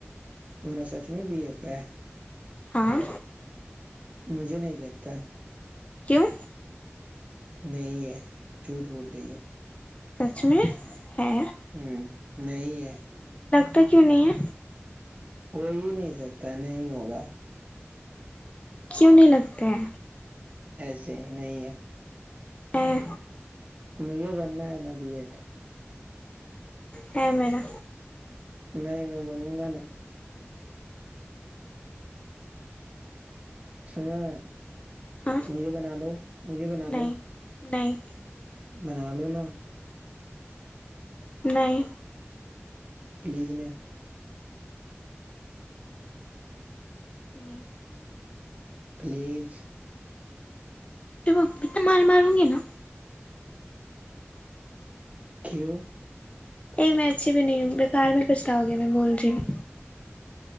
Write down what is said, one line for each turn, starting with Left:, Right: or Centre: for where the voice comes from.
Right: ان سا چ میں بی ایف اے
Left: ہاں
Right: مجھے نہیں لگتا
Left: کیوں
Right: نہیں ہے جھوٹ بول رہی ہو
Left: سچ میں ہے
Right: ہ نہیں ہے
Left: ت کیوں نہیں ہے
Right: ہو ہی نہیں سکتا نہیں ہوگا
Left: کیوں نہیں لگتا ہے
Right: ایسے ہی نہیں ہے
Left: ہاں
Right: مجھے بننا ہے نا بی ایف
Left: ہ مینا
Right: نہیں میں بنوں گا نا سنا
Left: ہاں
Right: مجھے بنا لو مجھے بنا
Left: نہیں
Right: لو
Left: نہیں
Right: بنا لو نا
Left: نہیں
Right: پلیز نے
Left: نہیں
Right: فلیج
Left: جب اتنا مار ماروں گے نا
Right: کیو
Left: ا میں اچھی بھی نہیں ہوں بےیکار میں پچھتاؤ گی میں بول رہی ہوں